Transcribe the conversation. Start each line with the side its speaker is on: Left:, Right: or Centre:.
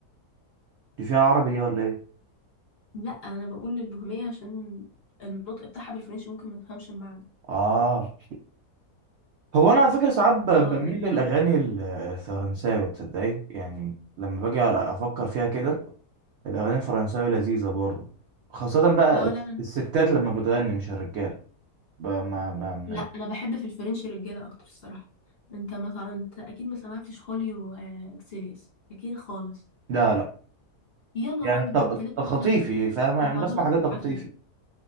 Right: دي فيها عربي دي ولا ايه
Left: لا انا بقول البوهيمية عشان النطق بتاعها بالفرنش ممكن ما تفهمش المعنى
Right: اه هو انا على فكره ساعات ب-
Left: اه
Right: بميل
Left: بجد
Right: للاغاني ال- الفرنساوي تصدقي يعني لما باجي على- افكر فيها كده الاغاني الفرنساوي لذيذه برضه خاصه بقى
Left: اه لا لا
Right: الستات لما بتغني مش الرجاله ب- ما ما ما
Left: لا انا بحب في الفرنش رجاله اكتر الصراحه انت ما تع... انت اكيد ما سمعتش خوليو آه، اكسيليوس اكيد خالص
Right: لا لا
Left: يا نهار
Right: يعني
Left: ابيض
Right: الت-
Left: ده انت لازم
Right: تخطيفي
Left: تيجي
Right: فاهمه يعني
Left: اسمعهولك
Right: بسمع حاجات تخطيفي
Left: عافيه